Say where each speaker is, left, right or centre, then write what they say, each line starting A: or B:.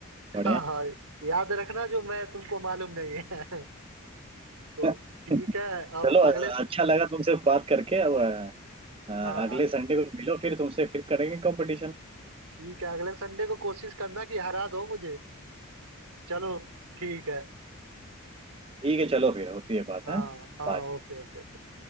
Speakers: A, on the right (about 25°); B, on the right (about 85°).
A: बढ़िया
B: हाँ हाँ याद रखना जो मैं तुमको मालूम नहीं है <laughs> तो
A: <laughs>
B: ठीक है अब
A: चलो
B: अगले स-
A: अच्छा लगा तुमसे बात करके अब अ,
B: हाँ
A: अगले
B: अ-
A: संडे को मिलो फिर तुमसे फिर करेंगे कंपटीशन
B: ठीक है अगले संडे को कोशिश करना कि हरा दो मुझे चलो ठीक है
A: ठीक है चलो फिर होती है बात
B: हाँ
A: है
B: हाँ
A: Bye.
B: ओके ओके